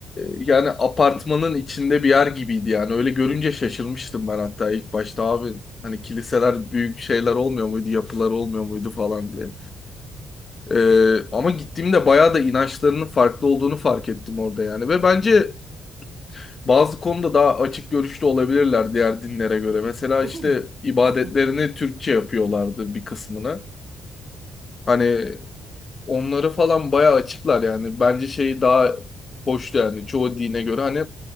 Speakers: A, on the left (about 35°); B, on the right (about 45°).
A: yani apartmanın içinde bir yer gibiydi yani. Öyle görünce şaşırmıştım ben hatta ilk başta
B: Bak,
A: abi. Hani kiliseler büyük şeyler olmuyor muydu, yapılar olmuyor muydu falan diye. Ee, ama gittiğimde bayağı da inançlarının farklı olduğunu fark ettim orada yani. Ve bence bazı konuda daha açık görüşlü olabilirler diğer dinlere göre. Mesela
B: Öyle
A: işte
B: mi?
A: ibadetlerini
B: <laughs> Hı hı,
A: Türkçe yapıyorlardı bir kısmını. Hani onları falan bayağı açıklar yani. Bence şey daha hoştu yani çoğu dine göre. Hani